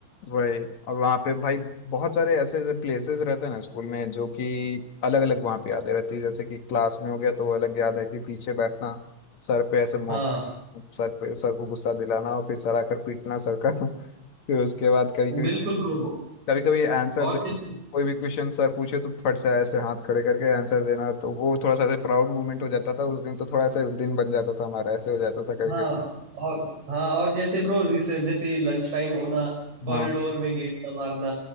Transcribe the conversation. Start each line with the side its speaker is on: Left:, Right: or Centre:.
Left: वही और वहाँ पे भाई बहुत सारे ऐसे ऐसे प्लेसेस रहते हैं ना स्कूल में जो कि अलग अलग वहाँ पे यादें रहती है जैसे कि क्लास में हो गया तो वो अलग याद है कि पीछे बैठना सर पे ऐसे मौ
Right: हाँ
Left: सर पे सर को गुस्सा दिलाना और फिर सर आकर पीटना सर का <laughs> फिर उसके बाद कभी कभी
Right: बिल्कुल ब्रो
Left: कभी कभी आंसर
Right: और
Left: दे
Right: जैसे
Left: कोई भी क्वेश्चन सर पूछे तो फट से ऐसे हाथ खड़े करके आंसर देना तो वो थोड़ा सा ऐसे प्राउड मोमेंट हो जाता था उस दिन तो थोड़ा ऐसे दिन बन जाता था हमारा ऐसे हो जाता था कभी
Right: हाँ
Left: कभी
Right: और हाँ और जैसे ब्रो जैसे लंच टाइम होना कॉरिडोर
Left: हाँ
Right: में गेड़िया मारना